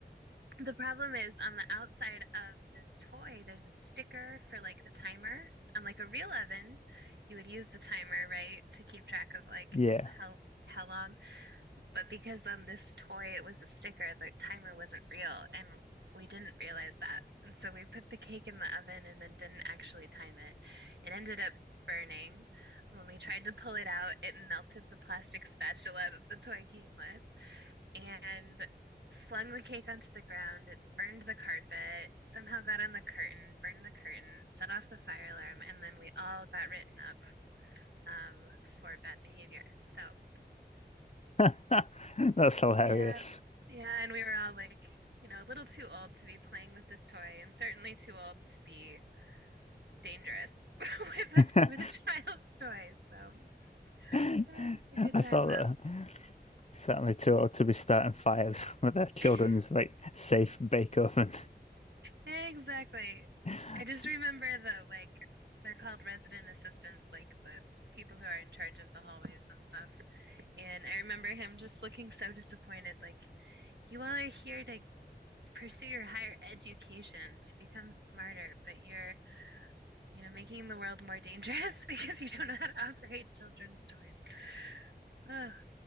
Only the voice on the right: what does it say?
the problem is on the outside of this toy, there's a sticker for like the timer. On like a real oven, you would use the timer, right, to keep track of like
how how long. But because on this toy it was a sticker, the timer wasn't real, and we didn't realize that. And so we put the cake in the oven and then didn't actually time it. It ended up burning. When we tried to pull it out, it melted the plastic spatula that the toy came with and flung the cake onto the ground. It burned the carpet, somehow got on the curtain, burned the curtain, set off the fire alarm, and then we all got written up um, for bad behavior. So,
<laughs>
yeah, yeah, and we were all like, you know, a little too old to be playing with this toy, and certainly too old to be dangerous <laughs> with a
with a child's toy. So,
it was a good time
though.
<laughs>
Exactly.
I just remember the like they're called resident assistants, like the people who are in charge of the hallways and stuff. And I remember him just looking so disappointed, like, you all are here to pursue your higher education, to become smarter, but you're, you know, making the world more dangerous <laughs> because you don't know how to operate children's toys. Oh,